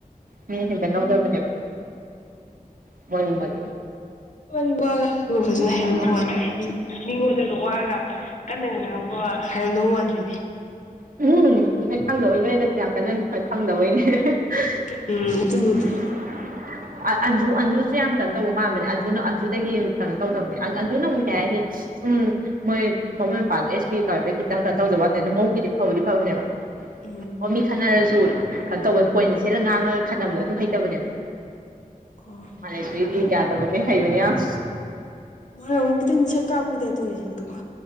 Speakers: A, on the right; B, on the left.
A: ꯃꯤꯅ ꯍꯦꯟꯖꯟ ꯉꯝꯗꯕꯅꯦꯕ ꯃꯣꯜꯂꯤ ꯃꯣꯜꯂꯤ
B: ꯃꯥꯗꯤ ꯋꯥ ꯉꯥꯡꯐꯧ ꯐꯖꯅ
A: ꯎꯝ
B: ꯍꯩꯔꯝꯗꯧ ꯃꯥꯟꯗꯦ ꯍꯥꯏꯗꯤ ꯃꯤꯉꯣꯟꯗꯒ ꯋꯥꯒ ꯀꯟꯅꯒ ꯉꯥꯡꯕ ꯍꯩꯔꯝꯗꯧ ꯃꯥꯗ꯭ꯔꯤꯅꯦ
A: ꯎꯝ <unintelligible> ꯅꯣꯢꯅ ꯌꯥꯝ ꯀꯟꯅ ꯃꯁꯛ ꯈꯪꯪꯗꯕꯩꯅꯦ <unintelligible>
B: ꯎꯝ ꯑꯗꯨꯕꯨꯗꯤ
A: ꯑꯟ ꯑꯟꯖꯨ ꯑꯟꯖꯨꯁꯦ ꯌꯥꯝ ꯀꯩꯅꯣ ꯇꯧꯕ ꯃꯥꯟꯕꯅꯦ ꯑꯟꯖꯨꯅ ꯑꯟꯖꯨꯗꯒꯤ ꯀꯩꯅꯣ ꯇꯧꯗꯕꯅꯦ ꯑꯟ ꯑꯟꯖꯨꯅꯃꯨꯛ ꯀꯩ ꯍꯥꯏꯅꯤ ꯎꯝ ꯃꯣꯢ ꯃꯕꯨꯡ <unintelligible> ꯈꯤꯇꯪ ꯀꯩꯅꯣ ꯇꯧꯗꯕ ꯋꯥꯅꯦ ꯑꯗꯨ ꯃꯕꯨꯛꯄꯨꯗꯤ ꯐꯕꯗꯤ ꯐꯕꯅꯦꯕ
B: ꯎꯝ
A: <unintelligible> ꯈꯠꯅꯔꯁꯨ ꯀꯩꯅꯣ ꯇꯧꯕꯗ ꯄꯣꯏꯟꯗ ꯁꯦꯠꯂ ꯉꯥꯡꯉꯒ ꯈꯠꯅꯕꯗꯣ ꯑꯗꯨ ꯍꯩꯇꯕꯅꯦꯕ
B: ꯑꯣ
A: ꯃꯥꯂꯦꯁꯣꯔꯤꯗꯤ
B: ꯍꯣꯏ
A: ꯌꯥꯗꯕꯅꯦ ꯍꯩꯕꯅꯦ ꯌꯥꯝ
B: ꯃꯥꯅꯃꯨꯛ ꯈꯤꯇꯪ ꯁꯛ ꯀꯥꯛꯄꯩ ꯇꯥꯏꯞ ꯇꯧꯋꯦ ꯁꯛꯇꯣ ꯀꯣ